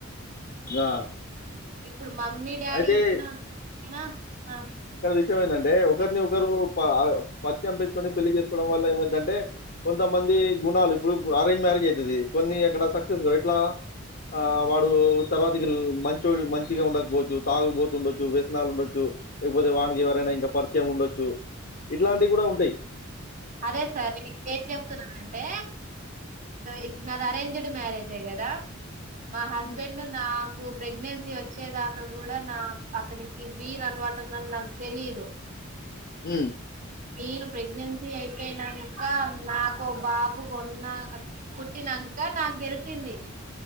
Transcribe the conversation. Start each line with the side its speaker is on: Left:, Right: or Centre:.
Left: ఆ
Right: ఇప్పుడు మమ్మీ డాడీ
Left: అయితే
Right: ఇచ్చినంతనా అ
Left: అసలు విషయం ఎందంటే ఒకరిని ఒకరు పరిచయం పెంచుకొని పెళ్లి చేసుకోవడం వల్ల అంటే కొంతమంది గుణాలు ఇప్పుడు అరేంజ్ మ్యారేజ్ అయితుది. కొన్ని అక్కడ సక్సెస్ ఇట్లా ఆ వాడు తర్వాతకి మంచో మంచిగా ఉండకపోవచ్చు. తాగుపోతుండొచ్చు వే లాగ ఉండొచ్చు లేకపోతే వానికి ఎవరైనా ఇంకా పరిచయం ఉండొచ్చు ఇట్లాంటివి కూడ ఉంటయ్
Right: అదే సర్ నేనిప్పుడేం చెప్తున్నానంటే ఇప్పుడ నా అరేంజ్డ్ మ్యారేజే కదా మా హస్బెండ్
Left: హ్మ్.
Right: నా నాకు ప్రెగ్నెన్సీ వచ్చేదాకా కూడా నా అతనికి బీర్ అలవాటు ఉందని నాకు తెలీదు
Left: మ్
Right: నేను ప్రెగ్నెన్సీ అయిపోయినంక నాకు బాబు కొన్న పుట్టి నా అక్క నాకు తెలిసింది